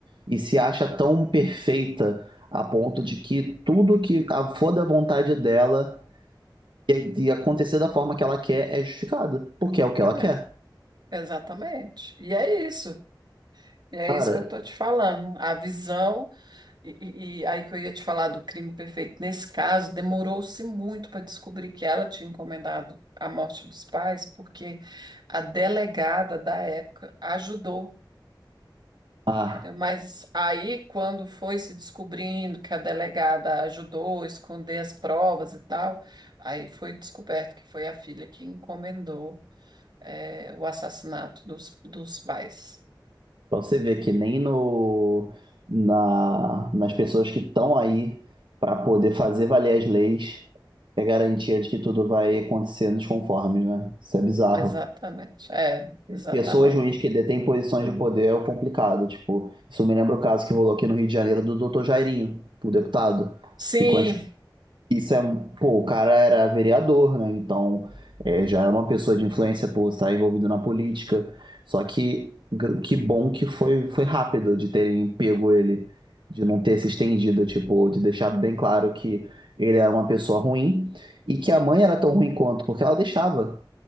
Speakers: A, on the right; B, on the right.
A: e se acha tão perfeita a ponto de que tudo que a- for da vontade dela e, e acontecer da forma que ela quer é justificado, porque é o que ela
B: é,
A: quer.
B: exatamente. E é isso. E É
A: Cara,
B: isso que eu estou te falando. A visão, e, e- e aí que eu ia te falar do crime perfeito. Nesse caso, demorou-se muito para descobrir que ela tinha encomendado a morte dos pais, porque a delegada da época ajudou.
A: ah,
B: Então, Mas aí, quando foi se descobrindo que a delegada ajudou a esconder as provas e tal, aí foi descoberto que foi a filha que encomendou, eh, o assassinato dos, dos pais.
A: pra você ver que nem no, na, nas pessoas que estão aí pra poder fazer valer as leis é garantia de que tudo vai acontecer nos conformes, né? Isso é bizarro.
B: Exatamente, é, exatamente.
A: Pessoas ruins que detêm posições de poder é o complicado. Tipo, isso me lembra o caso que rolou aqui no Rio de Janeiro do Dr. Jairinho, o deputado.
B: Sim,
A: Que com as... Isso é. Pô, o cara era vereador, né? Então é, já era uma pessoa de influência por estar envolvido na política. Só que gr- que bom que foi, foi rápido de terem pego ele, de não ter se estendido, tipo, de deixado bem claro que ele era uma pessoa ruim e que a mãe era tão ruim quanto, porque ela deixava.